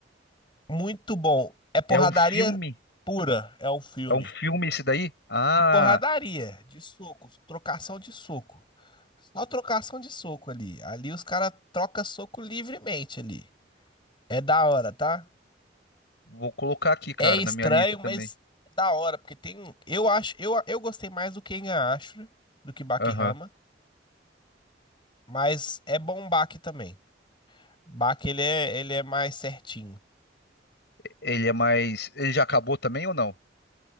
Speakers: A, on the left (about 25°); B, on the left (about 65°).
A: Muito bom. É porradaria
B: é um filme?
A: pura, é um filme.
B: É um filme esse daí? Ah,
A: De porradaria, de socos, trocação de soco. Só trocação de soco ali. Ali os caras trocam soco livremente ali. É da hora, tá?
B: vou colocar aqui, cara,
A: É estranho,
B: na minha lista também.
A: mas é da hora, porque tem. Eu acho, eu, eu gostei mais do Kengan Ashura do que Bakihama,
B: Aham.
A: mas é bom o Baki também. Baki ele é, ele é mais certinho.
B: Ele é mais. Ele já acabou também ou não?